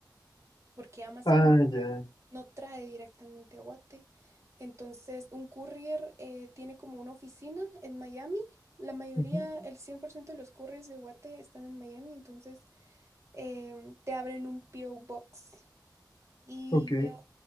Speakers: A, on the right; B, on the left.
A: porque Amazon
B: Ah, ya.
A: no trae directamente a Guate. Entonces, un courier eh, tiene como una oficina en Miami. La mayoría,
B: Ujú.
A: Ujú. el 100% de los couriers de Guate están en Miami, entonces em, te abren un PO Box y
B: Ok.
A: ya